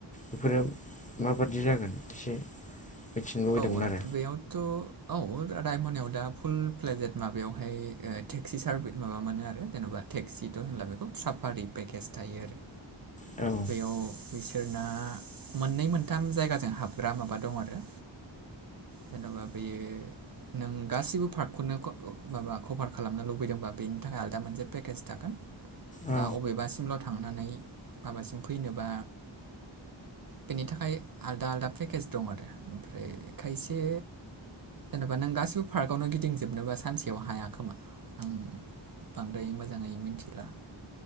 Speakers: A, on the left; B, on the right.
A: बेफोरो माबादि जागोन एसे मिथिनो लुुबैदोंमोन
B: औ आरो बेयावथ' औ रायमनायाव दा फुल प्लेजेट माबायावहाय ओ टेक्सि सारभि माबा मोनो आरो जेन'बा टेक्सिथ' होनला बेखौ साफारि पेकेज थायो आरो
A: औ
B: औ बिसोरना मोननै मोनथाम जायगाजों हाबग्रा माबा दं आरो जेन'बा बेयो नों गासैबो पार्कखौनो माबा कभार खालामनो लुबैदोंबा बेनि थाखाय आलदा मोनसे पेकेज थागोन।
A: औ
B: बा अबेबासिमल' थांनानै माबासिम फैनोबा बेनि थाखाय आलदा आलदा पेकेज दं आरो ओमफ्राय खायसे जेनेबा नों गासिबो पार्कआवनो गिदिंजोबनोबा सानसेयाव हाया खोमा आम बांद्राय मोजाङै मिथिला